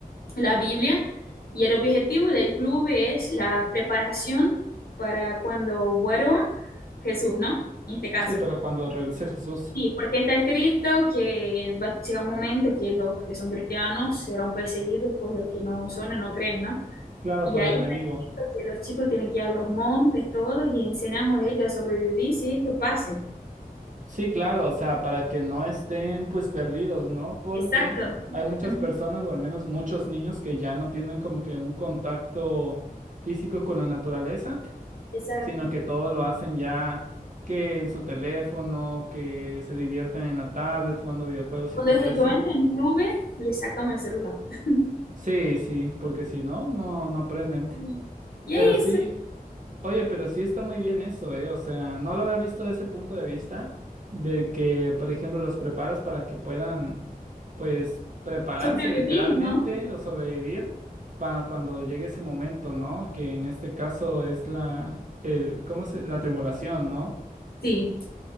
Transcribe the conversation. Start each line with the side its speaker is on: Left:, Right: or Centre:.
Left: la Biblia. Y el objetivo del club es la preparación para cuando vuelva Jesús, ¿no? En este caso.
Right: Sí, pero cuando regrese Jesús,
Left: Sí, porque está escrito que va a llegar un momento que los que son cristianos serán perseguidos por los que no son o no creen, ¿no?
Right: claro,
Left: Y
Right: por
Left: ahí
Right: el enemigo.
Left: está escrito que los chicos tienen que ir a los montes, todos, y enseñamos a ellos a sobrevivir si esto pase.
Right: Sí, claro, o sea, para que no estén pues perdidos, ¿no? Porque
Left: Exacto.
Right: hay muchas
Left: Ujú,
Right: personas, o al menos muchos niños, que ya no tienen como que un contacto físico con la naturaleza
Left: Exacto.
Right: sino que todo lo hacen ya que en su teléfono, que se divierten en la tablet jugando videojuegos
Left: Cuando
Right: y todo
Left: ellos
Right: eso.
Left: yo entro en clubes, les sacamos el celular. <laughs>
Right: Sí, sí, porque si no, no, no aprenden.
Left: Sí. Y
Right: Pero
Left: ahí
Right: sí,
Left: so-
Right: oye, pero sí está muy bien eso, ¿eh? O sea, no lo había visto desde ese punto de vista, del que, por ejemplo, los preparas para que puedan, pues, prepararse
Left: sobreviví,
Right: literalmente
Left: ¿no?
Right: o sobrevivir para cuando llegue ese momento, ¿no? Que en este caso es la, el, ¿cómo se? La tribulación, ¿no?
Left: Sí,